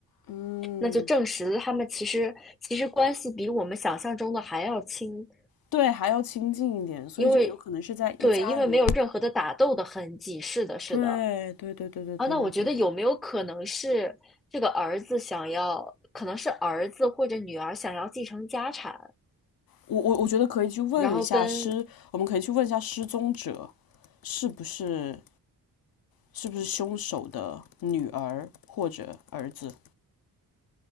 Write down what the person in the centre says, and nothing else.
那就证实了他们其实其实关系比我们想象中的还要亲，
因为对，因为没有任何的打斗的痕迹。是的，是的。
啊，
那我觉得有没有可能是这个儿子想要，
可能是儿子或者女儿想要继承家产，
然后跟